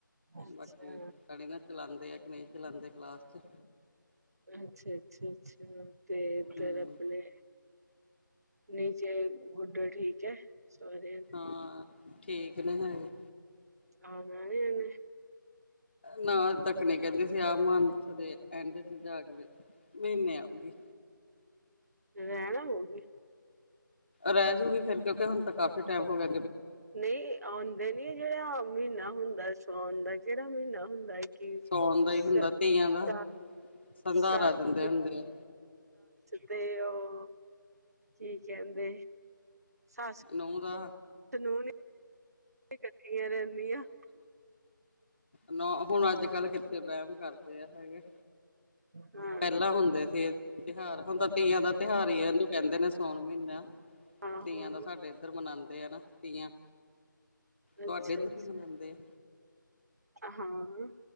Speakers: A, on the right; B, on the left.
A: ਅੱਛਾ,
B: ਬਾਕੀ ਪਤਾ ਨੀ ਚਲਾਉਂਦੇ ਆ ਕਿ ਨਹੀਂ ਚਲਾਉਂਦੇ ਕਲਾਸ ਚ
A: ਅੱਛਾ, ਅੱਛਾ, ਅੱਛਾ ਤੇ ਇੱਧਰ
B: ਹਮ
A: ਆਪਣੇ ਨੀਚੇ ਗੁਡੋ ਠੀਕ ਹੈ, ਸੋਰੈ
B: ਹਾਂ ਠੀਕ ਨੇ ਹਜੇ।
A: ਆਣਾ ਨੀ ਏਣੇ
B: ਨਾ ਅਜ ਤੱਕ ਨਹੀਂ ਕਹਿੰਦੀ ਸੀ ਆਹ ਮੰਥ ਦੇ ਐਂਡ ਚ ਜਾ ਕੇ ਮਹੀਨੇ ਆਉਗੀ।
A: ਰਹਿਣ ਆਉਗੀ।
B: ਰਹਿ ਜੁਗੀ ਫਿਰ ਕਿਉਂਕਿ ਹੁਣ ਤਾਂ ਕਾਫ਼ੀ ਟਾਈਮ ਹੋਗਿਆ
A: ਨਹੀਂ ਆਉਂਦੇ ਨੀ ਜਿਹੜਾ ਮਹੀਨਾ ਹੁੰਦਾ ਸਉਣ ਦਾ ਜਿਹੜਾ ਮਹੀਨਾ ਹੁੰਦਾ। <unintelligible>
B: ਸੌਣ ਦਾ ਹੀ ਹੁੰਦਾ ਧੀਆਂ ਦਾ ਸੰਧਾਰਾ
A: ਸੱਸ
B: ਦਿੰਦੇ ਹੁੰਦੇ ਆ
A: ਤੇ ਉਹ ਕੀ ਕਹਿੰਦੇ ਸੱਸ
B: ਨੁਹ ਦਾ
A: ਸਸ ਨੂੰ ਨੀ ਕੱਠੀਆਂ ਰਹਿੰਦੀਆਂ।
B: ਨ ਹੁਣ ਅੱਜ ਕੱਲ੍ਹ ਕਿੱਥੇ ਬਹਿਮ ਕਰਦੇ ਆ ਹੈਗੇ
A: ਹਾਂ
B: ਪਹਿਲਾਂ ਹੁੰਦੇ ਸੀ। ਤਿਉਹਾਰ ਹੁਣ ਤਾ ਤੀਆਂ ਦਾ ਤਿਉਹਾਰ ਹੀ ਆ ਇਹਨੂੰ ਕਹਿੰਦੇ ਨੇ ਸੋਣ ਮਹੀਨਾ
A: ਆਹੋ
B: ਤੀਆਂ ਦਾ ਸਾਡੇ ਇੱਧਰ ਮਨਾਉਂਦੇ ਆ ਨਾ ਤੀਆਂ
A: ਅੱਛਾ
B: ਤੁਹਾਡੇ ਇੱਧਰ
A: ਅੱਛਾ
B: ਵੀ ਮਨਾਉਂਦੇ ਆ।
A: ਹਾਂ।